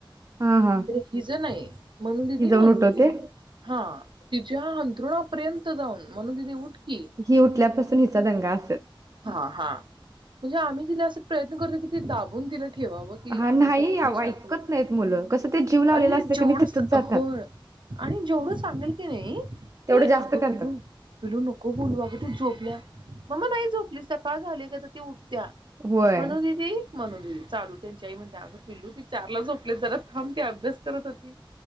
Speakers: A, on the right; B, on the right.
A: हा हा
B: त हि ज नाही मनूदिदी,
A: ही जाऊन
B: मनूदिदी
A: उठवते
B: हा तिच्या हाण तृणापर्यंत जाऊन मनू दीदी उठ की
A: ही उठल्यापासून त हिचा दंगा
B: हा, हा म्हणजे आम्ही तिला असं प्रयत्न करतोय कि दाबून तिला ठेवाव की
A: हा
B: अग
A: नाही
B: सर्वज्ञा
A: आवो
B: शांत
A: ऐकत
B: बस
A: नाहीत मुलं कसं ते जीव लावलेला
B: आणि
A: असतं
B: जेवढं
A: की नाही तिथंच जातात
B: होय आणि जेवढं सांगेल ते नाही
A: तेवढं
B: ते
A: जास्त
B: अगं
A: करतात
B: पिलू पिलू नको बोलू अगं ते झोपल्या. मम्मा नाही झोप आपली सकाळ झाली का ती उठ त्या
A: होय
B: मनुदिदी, मनुदिदी चालू त्यांच्या आई म्हणजे अगं पिल्लू त चारला झोपले जरा थांब ते अभ्यास करत होती.